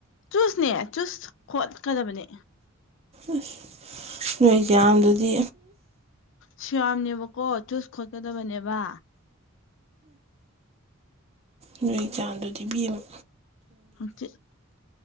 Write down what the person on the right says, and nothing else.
ꯑꯁ ꯅꯣꯏ ꯑꯦꯛꯖꯥꯝꯗꯨꯗꯤ
ꯅꯣꯏꯒꯤ ꯆꯥꯡꯗꯨꯗꯤꯕꯤꯦꯝꯃꯨ